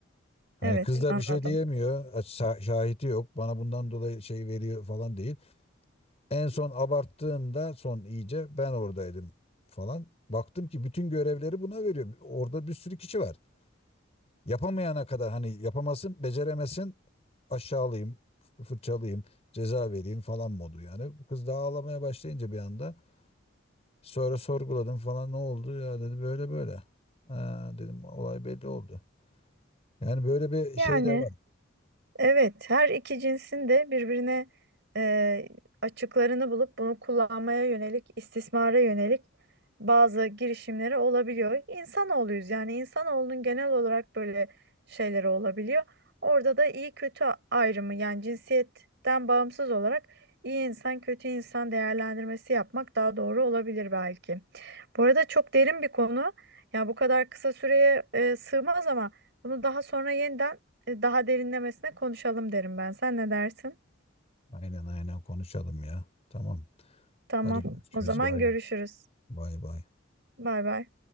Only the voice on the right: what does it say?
Evet,
anladım.
Yani
Evet, her iki cinsin de birbirine e, açıklarını bulup bunu kullanmaya yönelik, istismara yönelik bazı girişimleri olabiliyor. İnsanoğluyuz yani insanoğlunun genel olarak böyle şeyleri olabiliyor. Orada da iyi kötü ayrımı yani cinsiyetten bağımsız olarak iyi insan kötü insan değerlendirmesi yapmak daha doğru olabilir belki. Bu arada çok derin bir konu. Ya bu kadar kısa süreye e, sığmaz ama bunu daha sonra yeniden e, daha derinlemesine konuşalım derim ben. Sen ne dersin?
Tamam.
O zaman
görüşürüz.
Bay bay.